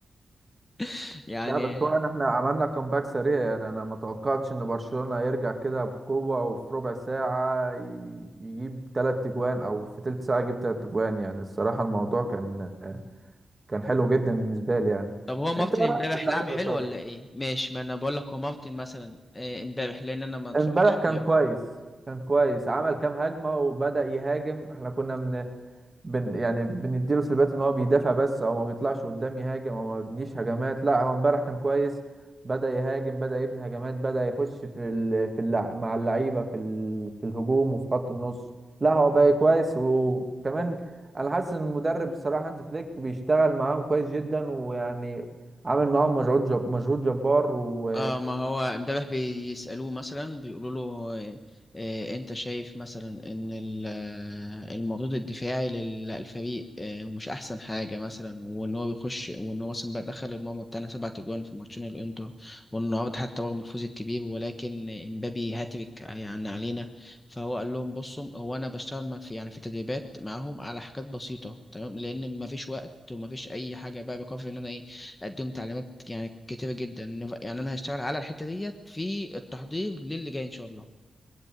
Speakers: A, on the left; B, on the right.
A: <laughs> يعني
B: لا بس هو إن احنا عملنا كومباك سريع يعني انا ما توقعتش ان برشلونة هيرجع كده بقوة وفي ربع ساعة ي- يجيب تلات تجوان او في تلت ساعة يجيب تلات تجوان يعني الصراحة الموضوع كان كان حلو جدا بالنسبة لي يعني
A: طب هو مارتن
B: انت ايه
A: امبارح
B: رأيك في اللعيبة
A: لعب حلو
B: طيب
A: ولا ايه ماشي ما انا بقول لك هو مارتن مثلا آه، امبارح لان انا ما اتفرجتش
B: امبارح كان كويس كان كويس عمل كام هجمة وبدأ يهاجم احنا كنا من بن يعني بنديله سلبيات ان هو بيدافع بس او ما بيطلعش قدام يهاجم او ما بيبنيش هجمات لا هو امبارح كان كويس بدأ يهاجم بدأ يبني هجمات بدأ يخش في ال... في اللع... مع اللعيبة في ال... في الهجوم وفي خط النص لا هو بقى كويس وكمان انا حاسس ان المدرب الصراحة هانز فليك بيشتغل معاهم كويس جدا ويعني عامل معاهم مجهود جب... مجهود جبار و...
A: اه ما هو امبارح بيسألوه مثلا بيقولوا له آه، آه، انت شايف مثلا ان ال- آه، المردود الدفاعي لل- للفريق آه، مش احسن حاجة مثلا وان هو بيخش وان هو مثلا بقى دخل الماما بتاعنا سبع تجوان في ماتشين الانتر والنهارده حتى رغم الفوز الكبير ولكن امبابي هاتريك يعني علينا فهو قال لهم بصوا هو انا بشتغل ما في يعني في تدريبات معاهم على حاجات بسيطة تمام لان ما فيش وقت وما فيش اي حاجة بقى بكفي ان انا إيه قدمت تعليمات يعني كتيرة جدا يعني انا هشتغل على الحتة ديت في التحضير للي جاي ان شاء الله